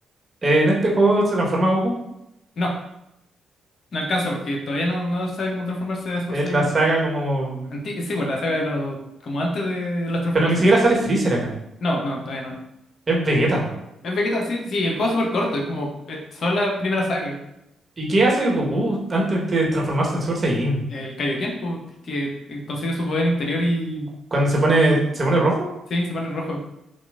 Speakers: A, on the right (about 30°); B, on the left (about 60°).
A: Eh, En este juego se transforma Goku.
B: No, no alcanza porque todavía no, no sabe cómo transformarse a Super
A: Es
B: Saiyan.
A: la saga como...
B: Anti- sí, pues la saga de los. como antes de las transformaciones.
A: Pero ni siquiera sale Freezer acá.
B: No, no, todavía no.
A: Es Vegeta nomás.
B: Es Vegeta, sí, sí, el juego es súper corto, es como. es solo la primera saga.
A: ¿Y qué hace Goku antes de transformarse en Super Saiyajin?
B: El Kaioken, pues, que eh, consigue su poder interior y.
A: Cuando se pone, se pone rojo.
B: sí, se pone rojo.